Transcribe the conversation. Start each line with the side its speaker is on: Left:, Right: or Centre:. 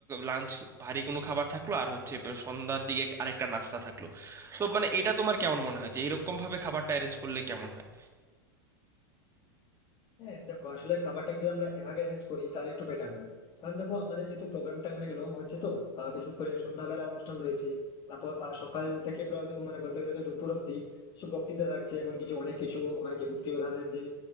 Right: লাঞ্চ ভারী কোনো খাবার থাকলো আর হচ্ছে সন্ধ্যার দিকে আরেকটা নাস্তা থাকলো তো মানে এটা তোমার কেমন মনে হয় যে এরকম ভাবে খাবারটা অ্যারেঞ্জ করলে কেমন হয়
Left: হ্যাঁ দেখো আসলে খাবারটা যদি আমরা এভাবে অ্যারেঞ্জ করি তাহলে একটু বেটার হয় কারণ দেখো আমাদের যেহেতু প্রোগ্রামটা অনেক লং হচ্ছে তো আহ, বিশেষ করে সন্ধ্যাবেলা অনুষ্ঠান রয়েছে তারপর আহ, সকাল থেকে প্রায় তো মানে বলতে গেলে তো দুপুর অব্দি কিছু বক্তৃতা থাকছে এমন কিছু অনেক কিছু মানে কি মুক্তিযোদ্ধাদের যে